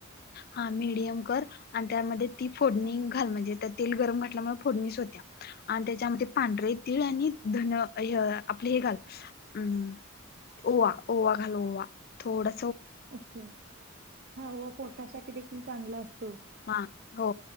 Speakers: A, on the left (about 45°); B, on the right (about 50°).
A: हा मिडीयम कर आणि त्यामध्ये ती फोडणी
B: हां
A: घाल म्हणजे तेल गरम म्हटल मग, फोडणीस होत्या आणि त्याच्यामध्ये पांढरे तिळ आणि धण यहं आपले हे घाल हम् ओवा-ओवा घाल, ओवा थोडा
B: ओके! हा ओवा पोटासाठी देखील चांगला असतो.
A: हां हो